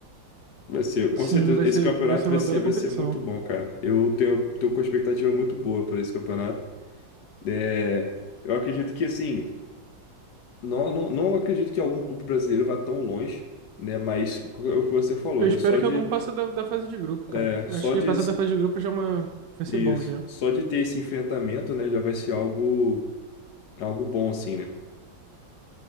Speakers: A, on the left; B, on the right.
A: Vai ser, com
B: Sim,
A: certeza,
B: vai ser,
A: esse campeonato
B: vai ser uma
A: vai ser,
B: bela competição.
A: vai ser muito bom, cara. Eu tenho, tô com uma expectativa muito boa para esse campeonato. É, eu acredito que, assim, não, não, não acredito que algum clube brasileiro vá tão longe, né? Mas o que você falou,
B: Eu espero
A: né? Só
B: que
A: de,
B: algum passe da, da fase de grupo, cara.
A: é,
B: Acho
A: só
B: que
A: de,
B: passar da fase de grupo já é uma... vai ser
A: isso,
B: bom já.
A: só de ter esse enfrentamento, né? Já vai ser algo, algo bom, assim, né?